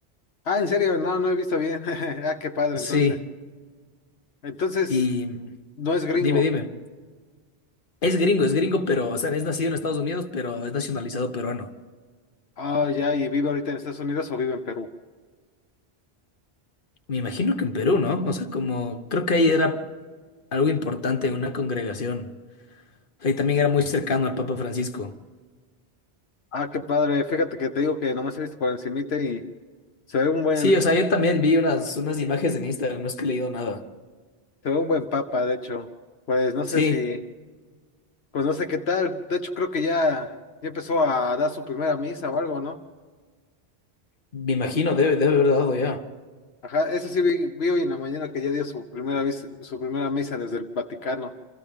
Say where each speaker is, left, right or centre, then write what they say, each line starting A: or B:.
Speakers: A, on the left; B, on the left.
A: ah, en serio, no, no he visto bien. <laughs> Ah, qué padre,
B: Sí.
A: entonces. Entonces,
B: Y mm,
A: no es gringo.
B: dime, dime. Es gringo, es gringo, pero, o sea, es nacido en Estados Unidos, pero es nacionalizado peruano.
A: Ah, ya, y vive ahorita en Estados Unidos o vive en Perú.
B: Me imagino que en Perú, ¿no? O sea, como creo que ahí era algo importante, una congregación. O sea, y también era muy cercano al Papa Francisco.
A: Ah, qué padre. Fíjate que te digo que nomás he visto por encimita y se ve un buen,
B: Sí, o sea,
A: se
B: yo también vi unas, unas imágenes en Instagram, no es que he leído nada.
A: ve un buen papa, de hecho. Pues no sé
B: Sí,
A: si, pues no sé qué tal. De hecho, creo que ya, ya empezó a dar su primera misa o algo, ¿no?
B: me imagino, debe, debe haber dado ya.
A: Ajá, eso sí vi, vi hoy en la mañana que ya dio su primera misa, su primera misa desde el Vaticano.